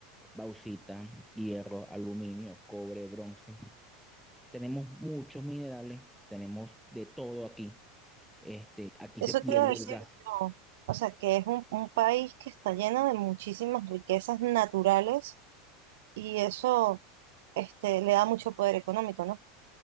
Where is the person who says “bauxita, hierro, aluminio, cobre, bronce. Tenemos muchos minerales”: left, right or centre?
Centre